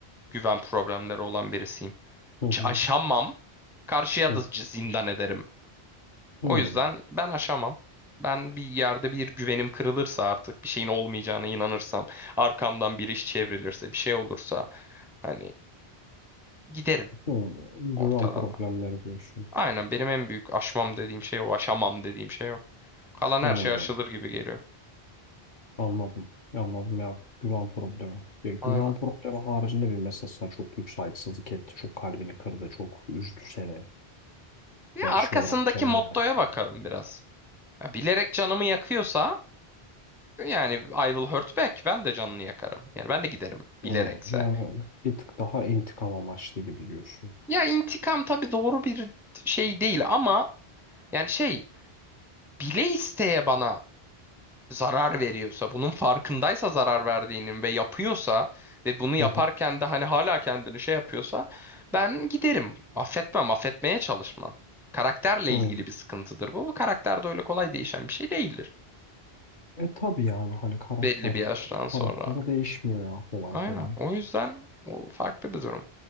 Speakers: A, in the centre; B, on the left.
A: güven problemleri olan birisiyim.
B: hı,
A: Ç- aşamam. Karşıya
B: hı
A: da c- zindan ederim.
B: hı,
A: O yüzden ben aşamam. Ben bir yerde bir güvenim kırılırsa artık bir şeyin olmayacağına inanırsam arkamdan bir iş çevrilirse bir şey olursa hani giderim
B: hı. Güven
A: ortadan.
B: problemleri diyorsun.
A: Aynen benim en büyük aşmam dediğim şey o aşamam dediğim şey o. Kalan
B: Hı,
A: her şey aşılır gibi geliyor.
B: anladım. Anladım ya güven problemi. Ya güven
A: Aynen.
B: problemi haricinde bir mesela sana çok büyük saygısızlık etti. Çok kalbini kırdı. Çok üzdü seni.
A: Ya
B: Ve
A: arkasındaki
B: şey olarak canını
A: mottoya
B: yaktı.
A: bakarım biraz. Ya bilerek canımı yakıyorsa yani I will hurt back ben de canını yakarım. Yani ben de giderim bilerekse.
B: Hı, Yani bir tık daha intikam amaçlı gibi diyorsun.
A: Ya intikam tabii doğru bir şey değil ama yani şey bile isteye bana zarar veriyorsa, bunun farkındaysa zarar verdiğinin ve yapıyorsa ve bunu yaparken
B: Hı hı.
A: de hani hala kendini şey yapıyorsa ben giderim. Affetmem, affetmeye çalışmam. Karakterle
B: Hı.
A: ilgili bir sıkıntıdır bu. Bu karakter de öyle kolay değişen bir şey değildir.
B: E tabii yani hani karakter
A: belli bir yaştan sonra.
B: karakter değişmiyor ya kolay
A: Aynen.
B: kolay.
A: O yüzden o farklı bir durum.